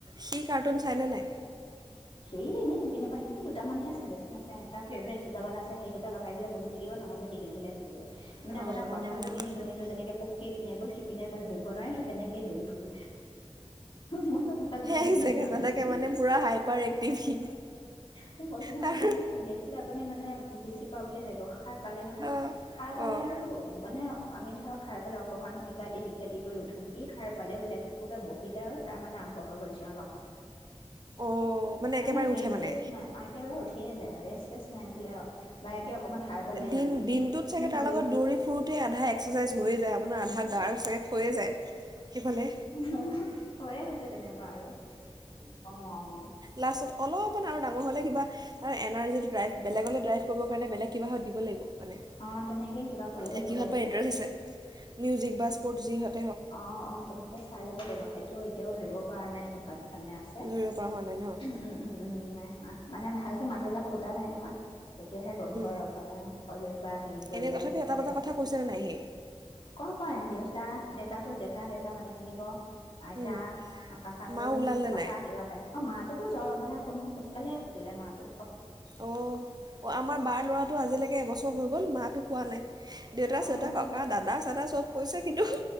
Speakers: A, on the right; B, on the left.
A: সি কাৰ্টুন চাইনে নাই
B: সেই এনে পিনে পাই সেইখিনি দুটামানহে চাই বেছি নাচাই এটা ফেভৰেট দুটামান আছে চ সেই লগাই দিলে বহি থাকিব নহলে টিঘিলঘিলাই থাকিব
A: সে
B: মানে আপোনাৰ কঠাল গুটি নিগনি যেনেকে পি পিনে গ'ল সিপিনে গল ধৰিব নোৱাৰে তেনেকেই দৌৰি ফুৰে মইতো কঠাল গুটি
A: এক
B: নিগনি
A: জেগাত
B: নাম
A: নাথাকে
B: দিছো
A: মানে পুৰা হাইপাৰ এক্টিভ সি।
B: মোক কৈছ ন
A: তাৰ
B: আপোনাৰ মানে দেখিলে আ আপুনি মানে বেছি পোৱা বুলি ভাবিব খাত পালে নহয়
A: অ'
B: সাৰ পালে
A: অ'
B: আৰু মানে আমি ধৰক খাই পেলাই অকনমান ইকাটি সিকাটি কৰি উঠো কি সাৰ পালে বোলোক কবে বহিলে আৰু তাই মানে আৰম্ভ হৈ গল চিঞৰ বাসৰ
A: অ'
B: মানে
A: একেবাৰে উঠে
B: ৰেষ্ট
A: মানে
B: টেষ্ট নাই একেবাৰে উঠিয়ে আছে ৰেষ্ট টেষ্ট নাই বোলে আৰু বায়েকে অকণমান খাই পেলাই
A: দিন
B: ইপিন
A: দিনটোত
B: সিপিন
A: চাগে তাৰ
B: কৰি
A: লগত দৌৰি ফুৰোতে আধা এক্সাৰচাইজ হৈয়ে যায়। আপোনাৰ আধা গাৰ চাগে খয়ে যায়। সেইফালে
B: মোৰ হৈয়ে গৈছে তেনেহ'লে কোৱা আৰু কি ক'ম আও
A: লাষ্টত অলপমান আৰু ডাঙৰ হ'লে কিবা এনাৰৰ্জীটো ড্ৰাইভ বেলেগলৈ ড্ৰাইভ কৰিব কাৰণে বেলেগ কিবাহত দিব লাগিব। মানে
B: অ তেনেকেই কিবা কৰিব
A: এতিয়া
B: লাগিব
A: কিহত
B: এক্টিভ
A: বা ইণ্টাৰেষ্ট আছে মিউজিক বা স্পৰ্টছ যিহঁত
B: অ', অ', তেনেকে চাই ল'ব লাগিব। তো এতিয়াও ধৰিব পৰা নাই কিহঁত মানে আছে উম,
A: ধৰিব পৰা হোৱা নাই
B: উম, উম, নাই অ', মানে ভালকে মাতবিলাক ফুটা নাই নহয়। তেতিয়াহে গম পোৱা
A: ন
B: মানে ক'লে বা হেৰি কৰিলে
A: এনে তথাপি এটা
B: গম
A: দুটা
B: পোৱা
A: কথা
B: যায়
A: কৈছেনে নাই সি
B: কয়, কয় দেউতা দেউতাটো ডেতা ডেতা মাতি থাকিব আইতা
A: উম,
B: কাকাটো
A: মা ওলালনে
B: টাটা
A: নাই
B: কিবা আহে অ', মাটোতো মানে সোন সোনকালে ফুটিলে মা টো।
A: অ', অ', আমাৰ বাৰ ল'ৰাটো আজিলৈকে এবছৰ হৈ গ'ল। গ'ল মা টো পোৱা নাই। দেউতা, চেউতা,
B: অঁ
A: ককা, দাদা দা চব কৈছে। কিন্তু